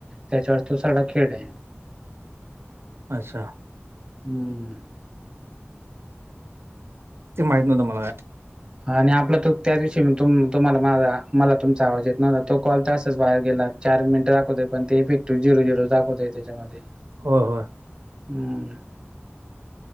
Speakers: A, on the right; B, on the right.
A: त्याच्यावर तो सगळा खेळ आहे.
B: अच्छा.
A: हम्म.
B: ते माहित नव्हतं मला
A: आणि आपला तो त्या दिवशी म तु तुम्हाला माझा मला तुमचा आवाज येत नव्हता तो कॉल तर असच बाहेर गेलात. चार मिनिट राखवतय पण ते इफेक्टिव्ह झिरो झिरो दाखतय त्याच्यामध्ये
B: हो हो.
A: हम्म.